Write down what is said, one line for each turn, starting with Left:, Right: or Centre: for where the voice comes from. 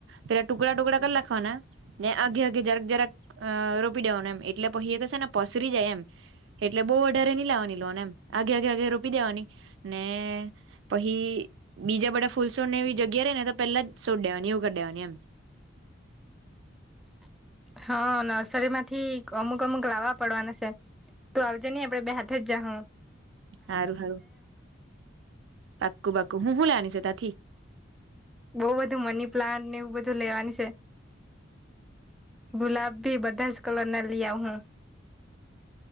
Right: પેલા ટુકડા ટુકડા કરી લાખવાના. ને અગે અગે જરાક જરાક અ રો પી લેવાનું એમ એટલે પહી એ તો શે ને પસરી જાય એમ એટલે બહુ વધારે લાવવાની લોને એમ આગે આગે આગે રોપી દેવાની ને પહી બીજા બધા ફૂલસોને એવી જગ્યા રે ને તો પેલા છોડ દેવાની એવું કદેવાની એમ
Centre: <inaudible> હા નર્સરી માંથી અમુક અમુક લાવવા પડવાના છે. તો આવજે નહી આપડે બે હાથે જ જાહું
Right: સારું સારું પાક્કું પાક્કું હું હુ લેવાની છે ત્યાંથી
Centre: બહુ બધું મની પ્લાન્ટને એવું બધું લેવાની છે. ગુલાબ ભી બધા જ કલર ના લી આવ હું <inaudible>